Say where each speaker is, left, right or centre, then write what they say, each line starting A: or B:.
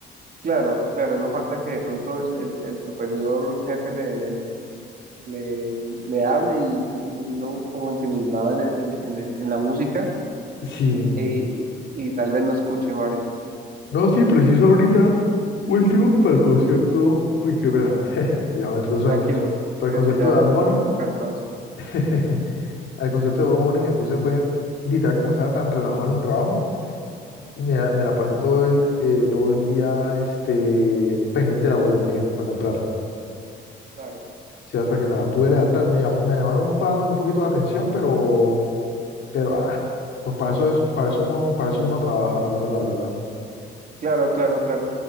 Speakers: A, on the right; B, on the left.
A: claro, claro, no falta que de pronto el, el, el superior jefe le, le, le, le hable y, y no como ensimismado en, el- en, en, el- en la música
B: Sí.
A: eh, y tal vez no escuche o algo.
B: No, sí, preciso ahorita, último, para el concierto, uy, qué pena, <laughs> ya me entró el sueño,
A: Tranquilo,
B: para el
A: si
B: concierto
A: es que ya,
B: de Bad
A: ya
B: Bunny,
A: está haciendo cansancio.
B: <laughs> al concierto de Bad Bunny me puse fue, literal, como estaba tan relajado en el trabajo, me, la me la pasé todo el, eh, todo el día este, pendiente de la boletería para comprarla,
A: Claro,
B: sí, hasta que me la pude levantar, me llamó, me llamaron un, par, un poquito la atención, pero, pero, ah, pues para eso es, para eso uno, para eso uno trabaja, la hora la verdad.
A: claro, claro, claro.